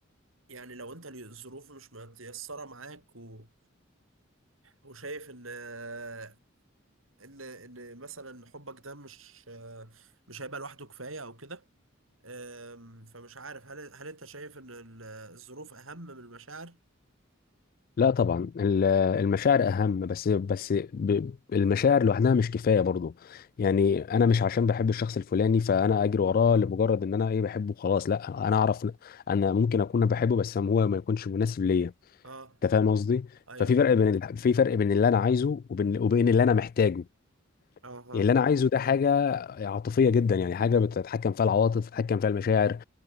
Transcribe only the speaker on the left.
لا طبعا ال- المشاعر اهم بس بس ب- المشاعر لوحدها مش كفايه برضو يعني انا مش عشان بحب الشخص الفلاني فانا اجري وراه لمجرد ان انا ايه بحبه خلاص لا انا اعرف ن- انا ممكن اكون بحبه بس هو ما يكونش مناسب ليا
انت فاهم قصدي
ففي فرق بين ال- في فرق بين اللي انا عايزه وبين وبين اللي انا محتاجه
يعني اللي انا عايزه ده حاجه عاطفيه جدا يعني حاجه بتتحكم فيها العواطف بتتحكم فيها المشاعر